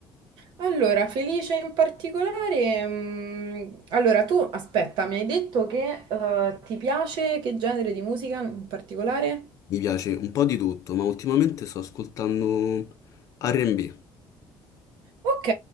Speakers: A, on the right (about 65°); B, on the left (about 45°).
A: Allora, Felice in particolare, mh, allora tu aspetta, mi hai detto che eh, ti piace che genere di musica in particolare?
B: Mi piace un po' di tutto, ma ultimamente sto ascoltando R&B,
A: Ok,